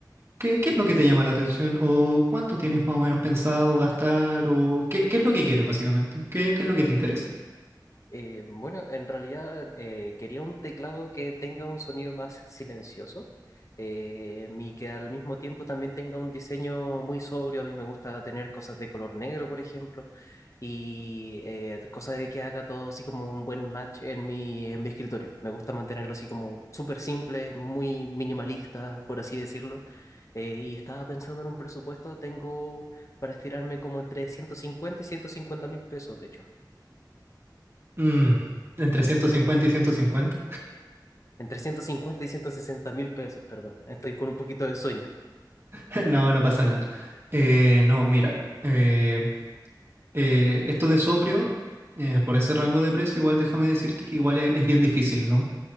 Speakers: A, on the right; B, on the left.
A: ¿qué, qué es lo que te llama la atención? ¿O cuánto tienes más o menos pensado gastar? ¿O qué, qué es lo que quieres, básicamente? ¿Qué, qué es lo que te interesa?
B: Eh, bueno, en realidad eh, quería un teclado que tenga un sonido más silencioso eh, y que al mismo tiempo también tenga un diseño muy sobrio. A mí me gusta tener cosas de color negro, por ejemplo, y eh, cosas de que haga todo así como un buen match en mi, en mi escritorio. Me gusta mantenerlo así como súper simple, muy minimalista, por así decirlo. Eh, y estaba pensando en un presupuesto, tengo para estirarme como entre 150 y ciento cincuenta mil pesos, de hecho.
A: Mm, ¿entre 150 y ciento cincuenta.
B: entre 150 y ciento sesenta mil pesos, perdón. Estoy con un poquito de sueño.
A: <laughs> No, no pasa nada. Eh, no, mira, eh, eh, esto de sobrio, eh, por ese rango de precio, igual déjame decirte que igual es, es bien difícil, ¿no?